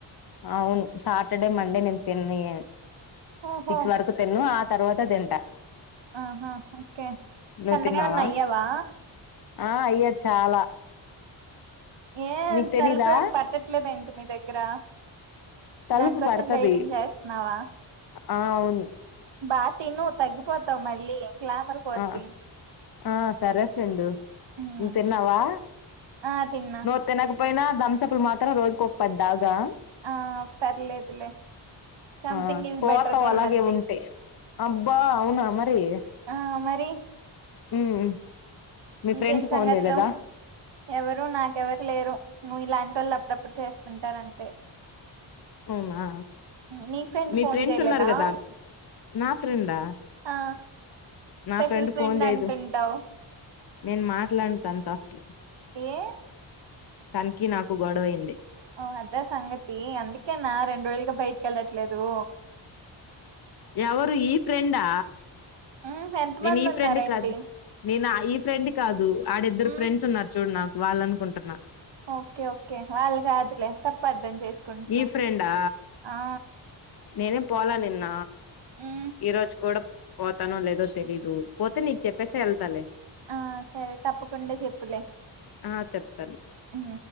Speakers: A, on the left; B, on the right.
A: అవును సాటర్డే మండే నేను తిన్ను ఏమి
B: ఓహో
A: సిక్స్ వరకు తిన్ను ఆ తర్వాత తింట
B: ఆహా ఓకే
A: నువ్వు
B: సన్నగా
A: తిన్నావా
B: ఏమన్నా అయ్యావా
A: ఆ అయ్యా చాలా
B: ఏం
A: నీకు తెలీదా
B: తలుపు ఏం పట్టట్లేదు అంట మీ దగ్గర
A: తలుపు
B: దానికోసం
A: పడతది
B: డైటింగ్ చేస్తున్నావా
A: ఆ అవును
B: బాగా తిను తగ్గిపోతావు మళ్ళీ గ్లామర్ పోద్ది
A: ఆ ఆ సరే ఫ్రెండు
B: ఉమ్.
A: నువ్వు తన్నావా
B: ఆ తిన్నా
A: నువ్వు తనక పోయినా తంసపులు మాత్రం రోజుకి ఒక పది దాగుదా
B: ఆ పర్లేదులే సంథింగ్
A: ఆ
B: ఈజ్
A: పోతవ్
B: బెటర్ దెన్
A: అలాగే
B: నథింగ్
A: ఉంటే అబ్బా అవునా మరి
B: ఆ మరి
A: ఉమ్ మీ
B: ఇంకేం
A: ఫ్రెండ్స్
B: సంగతులు
A: ఫోన్ చేయలేదా
B: ఎవరు నాకెవరు లేరు మీలాంటి వాళ్ళు ఉన్నప్పుడు చేస్తుంటారంతే
A: అవునా
B: నీ ఫ్రెండ్
A: మీ
B: ఫోన్
A: ఫ్రెండ్స్
B: చేయలేదా
A: ఉన్నారు కదా నా ఫ్రెండా
B: ఆ
A: నా
B: స్పెషల్
A: ఫ్రెండ్ ఫోన్ చేయదు
B: అంటుంటావు
A: నేను మాట్లాడను తనతో అసలు
B: ఏ
A: తనకీ నాకు గొడవైంది
B: ఓ అదా సంగతి అందుకేనా రెండు రోజలుగా బయటికెళ్ళట్లేదు
A: ఎవరు ఈ ఫ్రెండా
B: మ్మ్ ఎంత
A: నేను
B: మంది
A: ఈ
B: ఉన్నారేంటి
A: ఫ్రెండ్ కాదు నేను ఈ ఫ్రెండ్ కాదు ఆడిద్దరు
B: మ్మ్
A: ఫ్రెండ్స్ ఉన్నారు చూడు నాకు వాళ్ళు అనుకుంటున్నా
B: ఓకే ఓకే వాళ్ళు కాదులే తప్పర్ధం చేసుకుంటున్నావ్
A: ఈ ఫ్రెండా
B: ఆ
A: నేనే పోలే నిన్న
B: మ్మ్
A: ఈరోజు కూడా పోతానో లేదో తెలీదు పోతే నీకు చెప్పేసి వెళ్తాలే
B: ఆ సరే తప్పకుండా చెప్పులే
A: ఆ చెప్తాను
B: ఉ